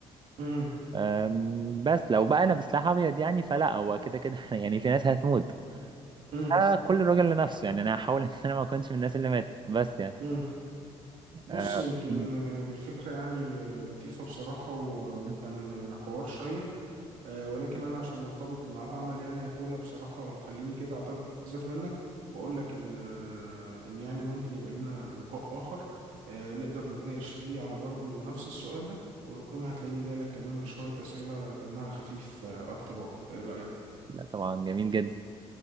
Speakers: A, on the right; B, on the right.
A: مهم.
B: آم، بس لو بقى انا بسلاح ابيض يعني فلا هو كده كده <laughs> يعني في ناس هتموت
A: مهم.
B: فكل راجل لنفسه يعني انا هحاول ان انا ما اكونش من الناس اللي ماتت بس يعني
A: مهم. بص
B: آه،
A: يمكن
B: م-
A: آه، الفكرة يعني آه، لطيفة بصراحة و...
B: م-
A: وكان آه، حوار شيق آه، ولكن أنا عشان مرتبط بميعاد عمل يعني يا بولا بصراحة خليني كده أعتذر منك وأقول لك إن آه، إن يعني ممكن يبقى لينا لقاء آخر آه، نقدر نتناقش فيه على برضه نفس السؤال ده وربما هتلاقيني جاي لك كمان بشوية أسئلة دمها خفيف آه، أكتر وأكتر إيه رأيك؟
B: لا طبعا جميل جدا